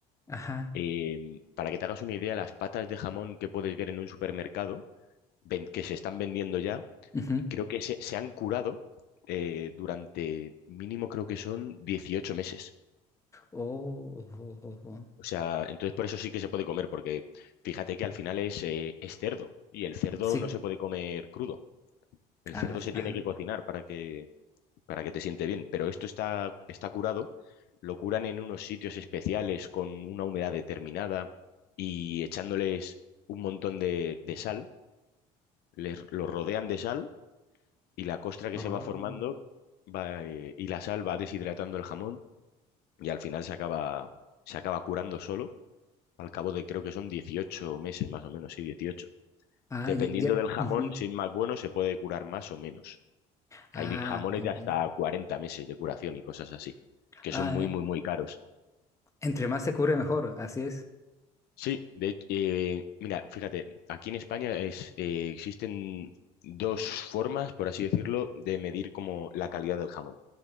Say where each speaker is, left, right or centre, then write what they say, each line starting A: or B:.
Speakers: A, on the left (about 15°); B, on the left (about 70°).
A: Ajá.
B: Eh, para que te hagas una idea, las patas de jamón que puedes ver en un supermercado, ven- que se están vendiendo ya,
A: ujú.
B: creo que se, se han curado eh, durante mínimo creo que son 18 meses.
A: Oh, oh, oh, oh.
B: O sea, entonces por eso sí que se puede comer, porque fíjate que al final es, eh, es cerdo y el cerdo
A: Sí.
B: no se puede comer crudo. El
A: Ah,
B: cerdo
A: sí,
B: se tiene
A: ajá.
B: que cocinar para que, para que te siente bien, pero esto está, está curado, lo curan en unos sitios especiales con una humedad determinada y echándoles un montón de, de sal, les, los rodean de sal y la costra que
A: Oh.
B: se va formando va, eh, y la sal va deshidratando el jamón y al final se acaba, se acaba curando solo. Al cabo de creo que son 18 meses más o menos, sí, 18.
A: Ah,
B: Dependiendo
A: ya, ya.
B: del jamón,
A: ujú.
B: si es más bueno, se puede curar más o menos.
A: Ah,
B: Hay jamones
A: bien,
B: de hasta
A: bien.
B: 40 meses de curación y cosas así, que
A: Ah,
B: son muy,
A: eh,
B: muy, muy caros.
A: entre más se cubre mejor, así es.
B: Sí, de, hecho, eh, mira, fíjate, aquí en España es, eh, existen dos formas, por así decirlo, de medir como la calidad del jamón.